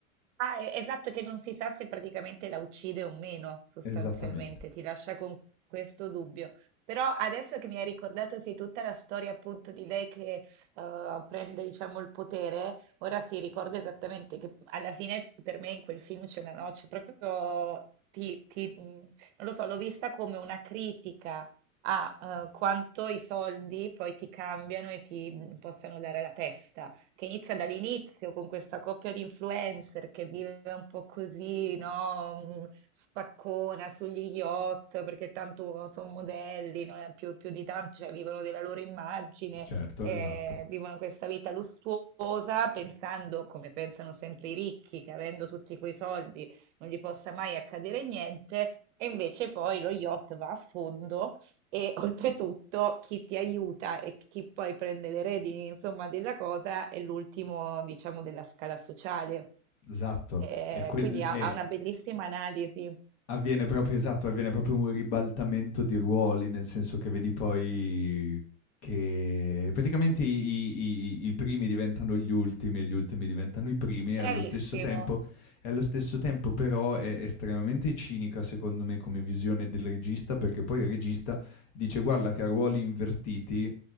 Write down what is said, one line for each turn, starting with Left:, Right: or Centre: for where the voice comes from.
Right: Ah, e esatto, che non si sa se praticamente la uccide o meno, sostanzialmente,
Left: Esattamente.
Right: ti lascia con questo dubbio. Però adesso che mi hai ricordato, sì, tutta la storia appunto di lei che, uhm, prende diciamo il potere, ora sì, ricordo esattamente che alla fine per me in quel film c'è una noce proprio ti ti mhmm, non lo so, l'ho vista come una critica a, uhm, quanto i soldi poi ti cambiano e ti, mhmm, possano dare la testa. che inizia dall'inizio con questa coppia di influencer che vive un po' così, no? Mm, Spaccona sugli yacht perché tanto sono modelli, non è più, più di tanto, cioè vivono della loro immagine,
Left: Certo,
Right: eh,
Left: esatto.
Right: vivono questa vita lussuosa pensando, come pensano sempre i ricchi, che avendo tutti quei soldi non gli possa mai accadere niente. E invece poi lo yacht va a fondo e <laughs> oltretutto chi ti aiuta e chi poi prende le redini, insomma, della cosa è l'ultimo, diciamo, della scala sociale.
Left: Esatto,
Right: Eh,
Left: è quel
Right: quindi ha,
Left: è
Right: ha una bellissima
Left: ehm,
Right: analisi.
Left: avviene proprio esatto, avviene proprio un ribaltamento di ruoli, nel senso che vedi poi che praticamente i i i i primi diventano gli ultimi e gli ultimi diventano i primi e
Right: Bravissimo.
Left: allo stesso tempo e allo stesso tempo però è estremamente cinica, secondo me, come visione del regista, perché poi il regista dice: "Guarda che a ruoli invertiti"